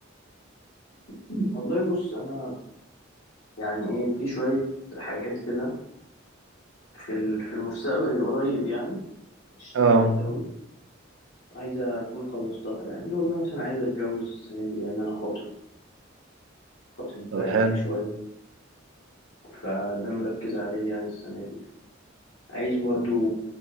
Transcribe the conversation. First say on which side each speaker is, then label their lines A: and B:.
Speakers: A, on the left; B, on the right.
A: والله بص انا يعني ايه في شوية حاجات كده في ال- في المستقبل القريب يعني مش في
B: اه
A: البعيد قوي عايزة أكون خلصتها يعني والله مثلا عايز أتجوز السنة دي لأن أنا خاطب خاطب
B: طب
A: بقالي
B: حلو
A: شوية فده مركز عليه يعني السنة دي عايز برضو